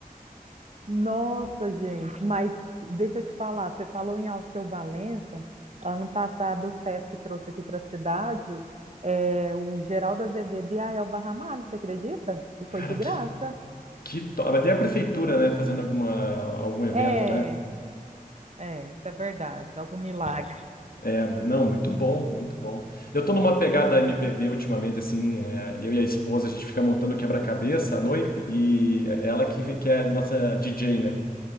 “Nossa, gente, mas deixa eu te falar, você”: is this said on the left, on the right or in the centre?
Right